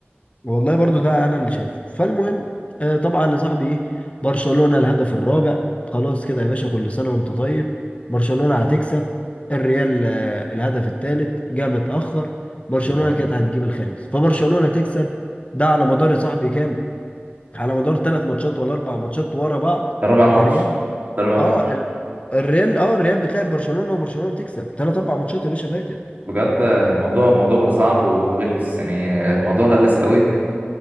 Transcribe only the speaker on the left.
والله برضو ده انا اللي شايفه فالمهم آه، طبعا يا صاحبي ايه برشلونة الهدف الرابع خلاص كده يا باشا كل سنة وانت طيب برشلونة هتكسب الريال آه، الهدف الثالث جه متأخر برشلونة
كانت هتجيب الخامس فبرشلونة تكسب ده على مدار يا صاحبي كام على مدار ثلاث ماتشات ولا اربع ماتشات ورا بعض
الريال
اه
ال- الريال اه الريال بتلعب برشلونة وبرشلونة بتكسب ثلاث اربع ماتشات يا باشا فاتت